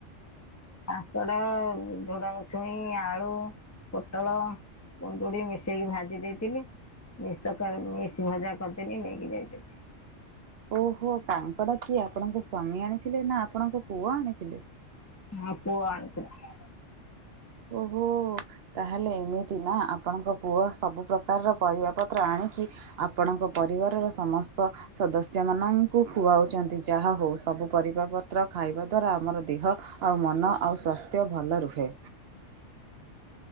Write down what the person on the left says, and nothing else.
କାଙ୍କଡ ଝୁଡ଼ଙ୍ଗ ଛୁଇଁ ଆଳୁ ପୋଟଳ କୁଣ୍ଡୁରି ମିଶେଇକି ଭାଜି ଦେଇଥିଲି। ମିସ୍ ତକାରି ମିସ୍ ଭଜା କରିଦେଲିି ନେଇକି ଯାଇଛନ୍ତି।
ହଁ ପୁଅ ଆଣିଥିଲା।